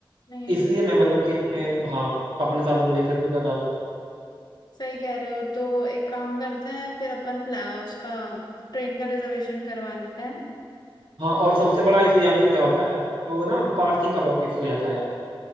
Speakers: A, on the left; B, on the right.
A: नहीं
B: इसलिए मैं मतलब कि अपने हाँ अपने साधन को नहीं प्रेफर कर रहा था
A: सही कह रहे हो तो एक काम करते हैं फिर अपन प्ला- उसका ट्रेन का रिजर्वेशन करवा लेते हैं
B: हाँ और सबसे बड़ा इशू जानते हो क्या होता है वो ना पार्किंग का बहुत इशू हो जाता है यार